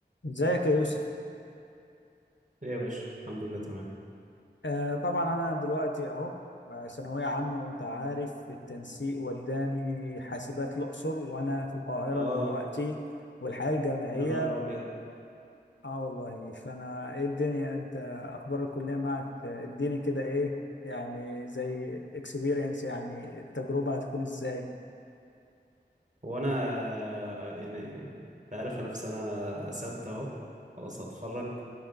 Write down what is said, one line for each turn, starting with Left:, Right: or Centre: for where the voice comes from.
Left: ازيك يا يوسف
Right: ايه يا باشا الحمد لله تمام
Left: آه طبعا انا دلوقتي اهو آه، ثانويه عامه وانت عارف التنسيق وداني حاسبات الاقصر وانا في القاهره
Right: اه
Left: دلوقتي والحياه الجامعيه
Right: يا نهار ابيض
Left: اه والله فانا ايه الدنيا انت اخبار الكليه معك آه، اديني كده ايه يعني زي اكسبيرينس يعني التجربه هتكون ازاي
Right: هو انا يعني انت عارف انا في سنه سته اهو خلاص هتخرج